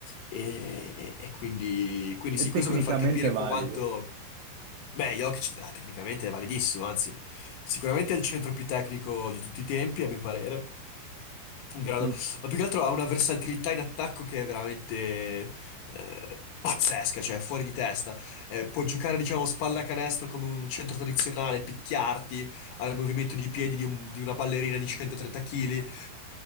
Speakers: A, on the left (about 75°); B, on the right (about 85°).
A: E, e quindi, quindi
B: È
A: sì,
B: tecnicamente
A: questo per far capire
B: valido.
A: quanto... Beh, Jokic eh, tecnicamente è validissimo, anzi, sicuramente è il centro più tecnico di tutti i tempi, a mio parere in grado,
B: Non si-
A: ma più che altro ha una versatilità in attacco che è veramente eh, pazzesca, cioè fuori di testa. Eh, può giocare, diciamo, spalla canestro come un centro tradizionale, picchiarti al movimento di piedi di, un- di una ballerina di 130 kg,